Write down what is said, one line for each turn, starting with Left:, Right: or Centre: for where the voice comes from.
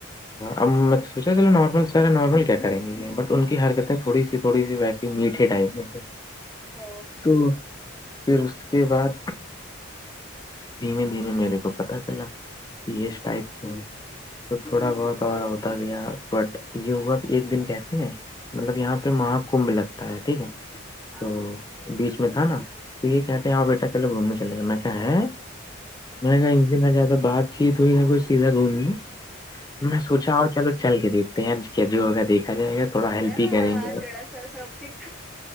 Left: اب میں تو سوچا چلو نارمل سارا نارمل کیا کریں گی یہ بٹ ان کی حرکتیں تھوڑی سی تھوڑی سی ویس میٹے ٹائپ میں
Centre: ہ
Left: تو پھر اس کے بعد دھیمے دھیمے میرے کو پتا چلا کہ اس ٹائپ کے ہیں تو تھوڑا بہت اورا ہوتا گیا بٹ یوک ایک دن کہتے ہیں مطلب یہاں پہ مہ کمب لگتا ہے ٹھیک ہے
Centre: ہاں
Left: تو بیچ میں تھا نا تو یہ کہتے ہیں آ بیٹا چلو گھومنے چلے گا میں کہ ہے میں کہا ان سے نہ زیادہ بات چیت ہوئی نہ کچھ سیدھا گھوم میں سوچا ہ چلو چل کے دیکھتے ہیں آج کیا جو ہوگا دیکھا جائے گا تھوڑا ہیلپ
Centre: کیاسڑا
Left: ہی کریں گے
Centre: س سوتی